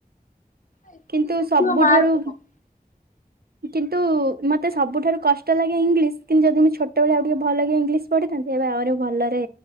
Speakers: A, on the left (about 55°); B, on the right (about 75°).
A: ଏତ
B: କିନ୍ତୁ
A: ଲେଖିବ
B: ସବୁଠାରୁ
A: ମାର୍କ କମ୍।
B: କିନ୍ତୁ ମତେ ସବୁଠାରୁ କଷ୍ଟ ଲାଗେ ଇଂଲିଶ କିନ୍ତୁ ଯଦି ମୁଁ ଛୋଟ ବେଳେ ଆଉ ଟିକେ ଭଲକି ଇଂଲିଶ ପଢିଥାନ୍ତି ଏବେ ଆହୁରି ଭଲରେ